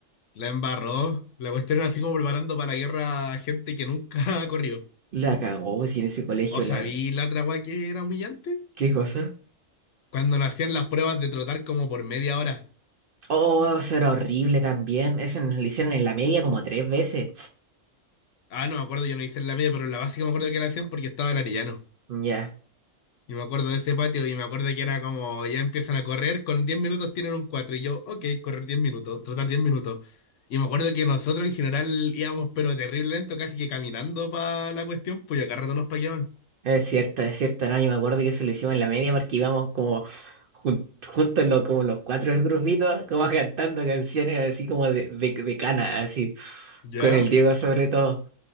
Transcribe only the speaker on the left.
La embarró. La cuestión era así como preparando para la guerra a gente que nunca <laughs> corrió.
¿O
sabí la otra weá que era humillante?
Cuando nos hacían las pruebas de trotar como por media hora.
Ah, no me acuerdo, yo no hice en la media, pero en la básica me acuerdo que la hacían porque estaba el Arellano.
Y me acuerdo de ese patio y me acuerdo que era como ya empiezan a correr, con 10 minutos tienen un cuatro Y yo, ok, correr 10 minutos, trotar 10 minutos. Y me acuerdo que nosotros en general íbamos pero terrible lento, casi que caminando para la cuestión, pues ya cada rato nos paqueaban.
¿Ya?